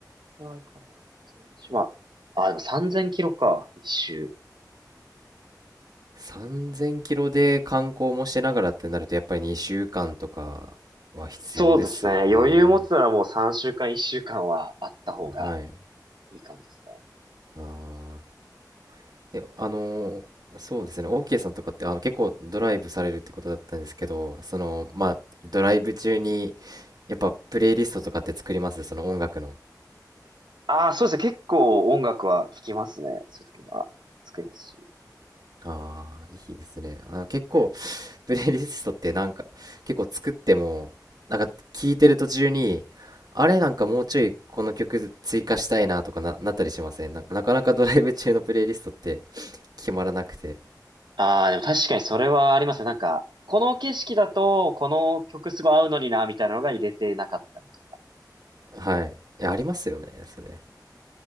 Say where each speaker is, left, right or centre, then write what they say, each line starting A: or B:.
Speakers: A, on the right; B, on the right.
A: のぐらいかな。全周。まあ、あ、でも3000キロか、一周。
B: 3000キロで観光もしながらってなるとやっぱり2週間とかは必要ですよね
A: そうですね。余裕持つならもう3週間、1週間はあった方が
B: はい
A: いいかもですね。
B: あーえあのーそうですねオーケーさんとかってあの結構ドライブされるってことだったんですけどそのまあドライブ中にやっぱプレイリストとかって作りますその音楽の
A: ああ、そうですね。結構音楽は聴きますね。そういう時は作りますし。
B: ああ、いいですね。あの、結構、<laughs> プレイリストってなんか、結構作っても、なんか聞いてる途中に、あれなんかもうちょいこの曲追加したいなとかな、なったりしませんなんかなかなかドライブ中のプレイリストって決まらなくて。
A: ああ、でも確かにそれはありますね。なんか、この景色だと、この曲すごい合うのにな、みたいなのが入れてなかったりと
B: はい。いや、ありますよね、それ。